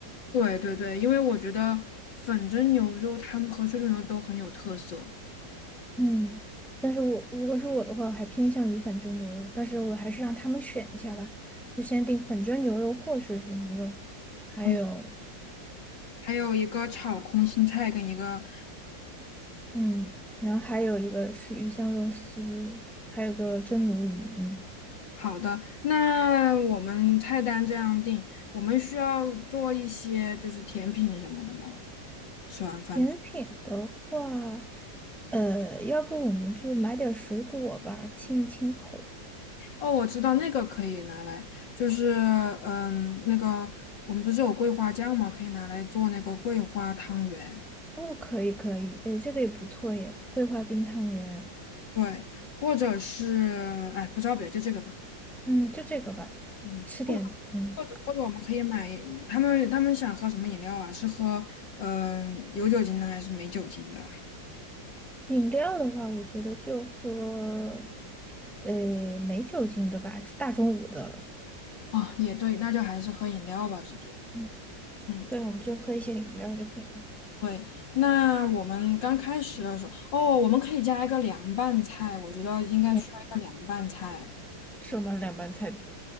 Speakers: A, on the left; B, in the centre.
A: 对对对，因为我觉得粉蒸牛肉它们和水煮牛肉都很有特色，
B: 嗯，但是我如果是我的话，我还偏向于粉蒸牛肉，但是我还是让他们选一下吧，就先定粉蒸牛肉或水煮牛肉，还有
A: 还还有一个炒空心菜跟一个
B: 嗯，然后还有一个是鱼香肉丝，还有个蒸鲈鱼，嗯，
A: 好的。那我们菜单这样定，我们需要做一些就是甜品什么的吗？吃完饭。
B: 甜品的话，呃，要不我们就买点水果吧，清一清口。
A: 哦，我知道那个可以拿来，就是嗯，那个我们不是有桂花酱吗？可以拿来做那个桂花汤圆，
B: 哦，可以可以，诶，这个也不错耶，桂花冰汤圆，
A: 对，或者是哎，不知道别的就这个吧，
B: 嗯，就这个吧，
A: 嗯，
B: 吃点嗯。
A: 或者或者我们可以买他们他们想喝什么饮料啊？是喝嗯有酒精的还是没酒精的？
B: 饮料的话，我觉得就喝，呃，没酒精的吧，大中午的，
A: 啊，也对，那就还是喝饮料吧，直接。
B: 嗯，
A: 嗯，
B: 对，我们就喝一些饮料就可以了。
A: 对，那我们刚开始的时候，哦，我们可以加一个凉拌菜，我觉得应该需要一个凉拌菜。
B: 我什么凉拌菜，比如